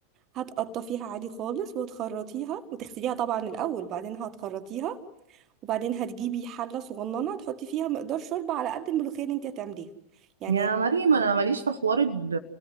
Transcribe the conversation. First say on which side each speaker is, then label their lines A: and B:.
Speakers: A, on the right; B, on the right.
A: هتقطفيها عادي خالص وتخرطيها وتغسليها طبعا الأول بعدين هتخرطيها وبعدين هتجيبي حلة صغننة تحطي فيها مقدار شوربة على قد الملوخية اللي انتي هتعمليها يعني
B: يا مريم أنا ماليش في حوار ال-